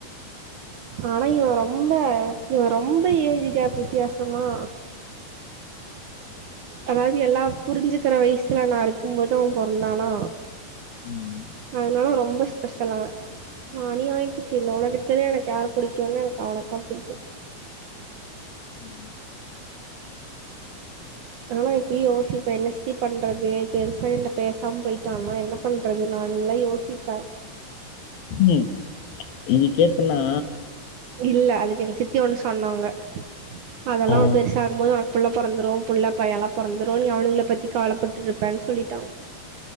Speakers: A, on the right; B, on the left.
A: ஆனா இவ ரொம்ப இவ ரொம்ப ஏஜ் கேப் வித்தியாசமா அதாவது எல்லா புரிஞ்சுக்கிற வயசுல நா இருக்கு போது அவ பொறந்தானா
B: ம்.
A: அதனால ரொம்ப ஸ்பெஷலா அநியாயத்துக்கு இந்த உலகத்திலேயே எனக்கு யார் பிடிக்கும்னு எனக்கு அவனைத்தா புடிக்கு
B: ம்
A: ஆனா இப்பயு யோசிப்பே என்ன சித்தி பண்றது பெருசாயி என்ட பேசாம போயிட்டான்னா என்ன பண்றது நா எல்லா யோசிப்பே
B: ம் இது கேப்பு எல்லா
A: இல்ல அதுக்கு எங்க சித்தி ஒண்ணு சொன்னாங்க அதெல்லா
B: இது
A: அவ பெருசாகு போது அவ புள்ள பொறந்துரு புள்ள பையல்லா பொறந்துரு நீ அவனுங்களை பத்தி கவலைப்பட்டுட்டு இருப்பேன்னு சொல்லிட்டாங்க